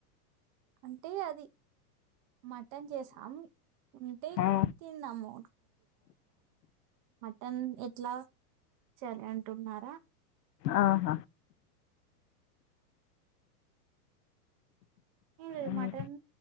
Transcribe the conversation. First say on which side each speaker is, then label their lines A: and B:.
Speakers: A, on the right; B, on the left.
A: అంటే అది మటన్ చేసాం ఉంటే
B: ఆ
A: తిన్నాము టన్ ఎట్లా చేయాలి అంటున్నారా?
B: ఆహ
A: ఏం లేదు
B: ఉమ్,
A: మటన్